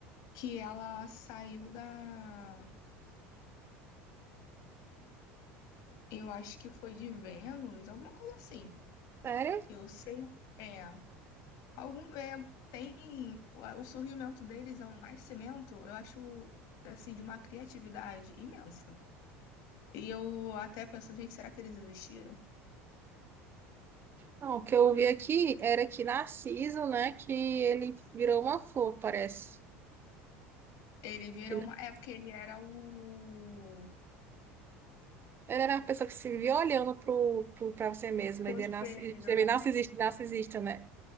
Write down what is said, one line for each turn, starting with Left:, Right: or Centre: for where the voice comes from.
Left: que ela saiu da, eu acho que foi de Vênus, alguma coisa assim.
Right: Sério?
Left: Eu sei, é. Algum, é, tem o a- o surgimento deles é um nascimento, eu acho assim de uma criatividade imensa. E eu até penso, gente, será que eles existiram?
Right: Não, o que eu vi aqui era que Narciso, né? Que ele virou uma flor, parece.
Left: Ele virou
Right: Que, né,
Left: uma. É porque ele era o.
Right: ele era uma pessoa que se via olhando pro, pro, pra você mesma.
Left: Do
Right: Ele
Left: espelho,
Right: é narci- você vê
Left: né?
Right: narcisista, narcisista, né?